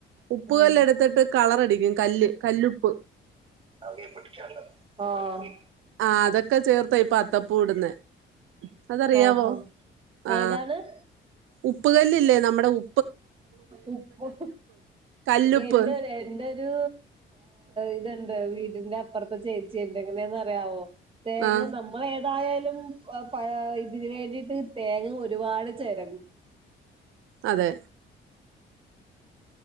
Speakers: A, on the right (about 85°); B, on the right (about 25°).
A: ഉപ്പുകല്ല്
B: ഉം.
A: എടുത്തിട്ട് കളറടിക്കും കല്ല് കല്ലുപ്പ്
B: അവ്മെ പിട്ക്കാല്ലൊ ആഹ്
A: ആഹ് അതൊക്ക ചേർത്ത ഇപ്പൊ അത്തപ്പൂ ഇട്ന്നെ അതറിയാവോ
B: ആഹാ
A: ആ
B: ഏതാണ്
A: ഉപ്പുകല്ലില്ലേ നമ്മുടെ ഉ
B: ഉപ്പ്
A: കല്ലുപ്പ്
B: എന്റെ എന്റൊരു ഇതണ്ട് വീടിന്റെ അപ്പുറത്തെ ചേച്ചിയുണ്ട് എങ്ങനാന്നറിയാമോ തേങ്ങ
A: ആ
B: ന മ്മൾ ഏതായാലും തയാ ഇതിന് വേണ്ടിയിട്ട് തേങ്ങ ഒരുപാട് ചെരകും
A: അതെ